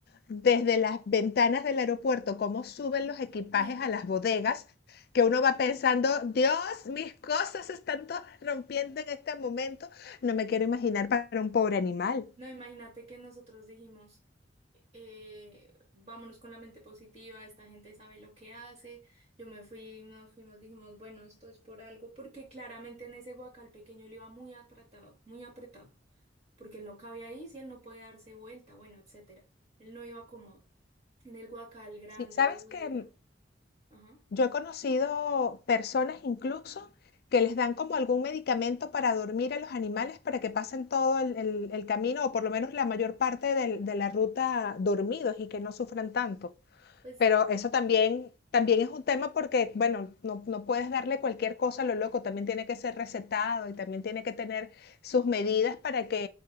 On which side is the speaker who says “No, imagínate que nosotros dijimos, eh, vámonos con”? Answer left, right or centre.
Right